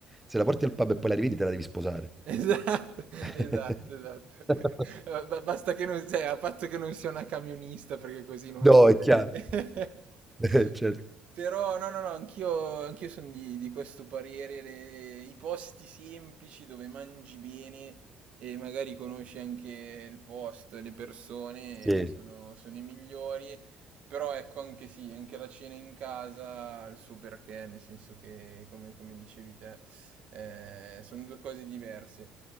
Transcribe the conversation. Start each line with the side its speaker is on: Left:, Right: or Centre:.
Centre: se la porti al pub e poi la rivedi, te la devi sposare.
Right: Esatto, <laughs>
Centre: <laughs>
Right: esatto, esatto. <laughs> Ba ba basta che non cioè, a patto che non sia una camionista perché così non
Centre: No,
Right: vale.
Centre: è chiaro.
Right: <laughs>
Centre: <laughs> Eh, certo.
Right: Però no, no, no, anch'io anch'io sono di, di questo parere, le- i posti semplici dove mangi bene e magari conosci anche il posto, le persone,
Centre: Sì,
Right: sono, sono i migliori. Però ecco, anche sì, anche la cena in casa ha il suo perché, nel senso che, come come dicevi te eh, sono due cose diverse.